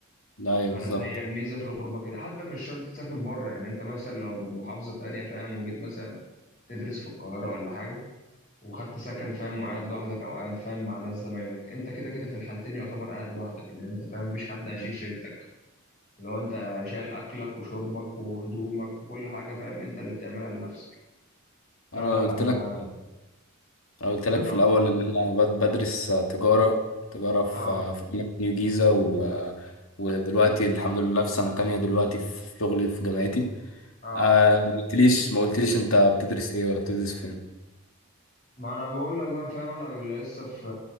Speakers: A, on the left; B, on the left.
A: لا يا
B: فلا
A: بالظبط
B: هي الميزة في الغربة كده حتى مش شرط تسافر بره يعني أنت مثلا لو من محافظة تانية فاهم وجيت مثلا تدرس في القاهرة ولا حاجة وخدت سكن فاهم وقاعد لوحدك أو قاعد فاهم مع ناس زمايلك أنت كده كده في الحالتين يعتبر قاعد لوحدك لأن أنت فاهم مفيش حد هيشيل
A: مم.
B: شيلتك لو أنت شايل أكلك وشربك وهدومك وكل حاجة فاهم أنت اللي بتعملها لنفسك فلا
A: انا لو قلت
B: أنا
A: لك أنا قلت لك
B: آه
A: في الأول إن أنا بد- بدرس تجارة تجارة في
B: آه
A: في جامعة نيو جيزة و... ودلوقتي الحمد لله في سنة تانية دلوقتي في شغلي في جامعتي
B: آه
A: آه ما قلتليش ما قلتليش أنت بتدرس إيه ولا بتدرس فين
B: ما أنا بقول لك بقى فاهم أنا لسه في